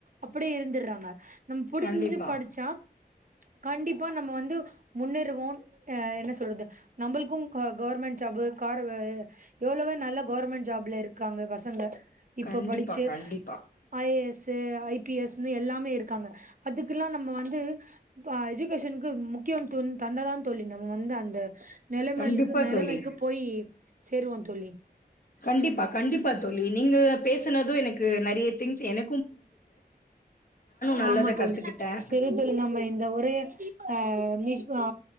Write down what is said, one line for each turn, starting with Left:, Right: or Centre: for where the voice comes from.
Right: அப்டியே இருந்துறாங்க நம்ம புரிஞ்சு
Left: கண்டிப்பா
Right: படிச்சா கண்டிப்பா நம்ம வந்து முன்னேறுவோ அ என்ன சொல்றது நம்மளுக்கு க கவர்மெண்ட் ஜாப் கார் எவ்ளவோ நல்ல கவர்மெண்ட் ஜாப்ல இருக்காங்க பசங்க இப்ப
Left: கண்டிப்பா
Right: படிச்சு
Left: கண்டிப்பா
Right: I A S I P எஸ்ஸுன்னு எல்லாமே இருக்காங்க அதுக்குல்லா நம்ம வந்து ப்பா எஜுகேஷனுக்கு முக்கியத்துவ தந்த தா தோழி நம்ம வந்து அந்த நெலமக்கு
Left: கண்டிப்பா
Right: நெலைமைக்கு
Left: தோழி
Right: போய் சேருவோ தோழி
Left: கண்டிப்பா கண்டிப்பா தோழி நீங்க பேசனது எனக்கு நெறய திங்ஸ் என நல்லத
Right: ஆமா தோழி
Left: கத்துக்கிட்டே
Right: செரி தோ ழி நம்ம இந்த உரைய ஆ மிப்பு ஆ